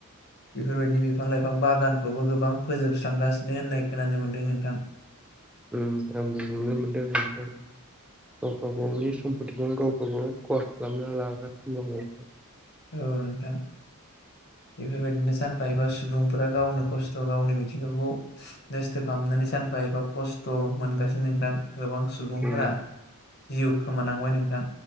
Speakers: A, on the left; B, in the centre.
A: बेफोरबायदि बिफां लाइफां बागानखौबो गोबां फोजोबस्रांगासिनो होननाय खोनानो मोन्दों नोंथां
B: उम आंबो नुनो मोनदों नोंथां गाव गावबा-गावनि नि सम्पतिजों गाव गावबागाव खहा खालामना लागासिनो दङ
A: औ नोंथां
B: <inaudible>
A: बेफोरबायदिनो सानफा एफा सुबुंफोरा गावनो खस्थ गावनि मिथिंगाखौ नस्थ खालामनानै सानफा एफा खस्थ मोनगासिनो नोंथां गोबां सुबुंफोरा
B: उम
A: जिउ खोमानांबाय नोंथां